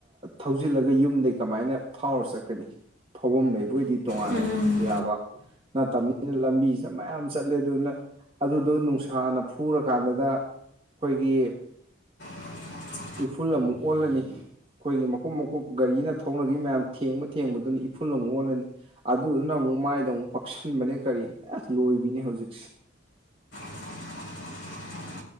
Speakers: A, on the right; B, on the left.
A: ꯊꯧꯖꯤꯜꯂꯒ ꯌꯨꯝꯗꯒꯤꯩ ꯀꯃꯥꯏꯅ ꯐꯥꯎꯔ ꯆꯠꯀꯅꯤ ꯐꯥꯎꯐꯝꯗꯩ ꯕꯣꯏꯗꯤ ꯇꯣꯉꯥꯟꯅꯦ
B: ꯎꯝ
A: ꯕ ꯅꯠꯇꯕꯅꯤꯅ ꯂꯝꯕꯤꯁꯤꯗ ꯃꯌꯥꯝ ꯆꯠꯂꯦ ꯑꯗꯨꯅ ꯑꯗꯨꯗꯣ ꯅꯨꯡꯁꯥꯅ ꯐꯨꯔꯀꯥꯟꯗꯨꯗ ꯑꯩꯈꯣꯏꯒꯤ
B: <unintelligible>
A: ꯏꯐꯨꯜ ꯑꯃꯨꯛ ꯑꯣꯜꯂꯅꯤ ꯑꯩꯈꯣꯏꯒꯤ ꯃꯀꯨꯞ ꯃꯀꯨꯞ ꯒꯥꯔꯤꯅ ꯊꯧꯅꯒꯤ ꯃꯌꯥꯝ ꯊꯦꯡꯕ ꯊꯦꯡꯕꯗꯨꯅ ꯏꯐꯨꯜ ꯑꯃꯨꯛ ꯑꯣꯜꯂꯅꯤ ꯑꯗꯨꯗꯨꯅ ꯑꯃꯨꯛ ꯃꯥꯏꯗ ꯑꯃꯨꯛ ꯄꯛꯁꯟꯕꯅꯦ ꯀꯔꯤ ꯑ ꯂꯣꯏꯕꯤꯅꯦ ꯍꯧꯖꯤꯛꯁꯦ
B: <unintelligible>